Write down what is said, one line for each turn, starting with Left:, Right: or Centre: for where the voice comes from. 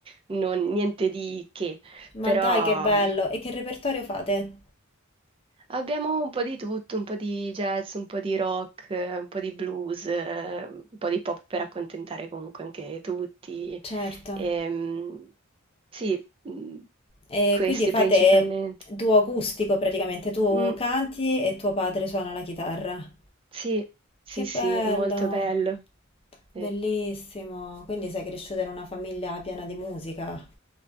Right: non- niente di che,
Left: ma
Right: però
Left: dai che bello! E che repertorio fate?
Right: Abbiamo un po' di tutto, un po' di jazz, un po' di rock, eh, un po' di blues, eh, un po' di pop per accontentare comunque anche tutti.
Left: Certo.
Right: Ehm, sì, mm,
Left: E
Right: questi
Left: quindi fate
Right: principalmente.
Left: duo acustico praticamente, tu
Right: Mm,
Left: canti e tuo padre suona la chitarra.
Right: sì, sì,
Left: Che bello,
Right: sì, è molto bello.
Left: bellissimo.
Right: Eh,
Left: Quindi sei cresciuta in una famiglia piena di musica.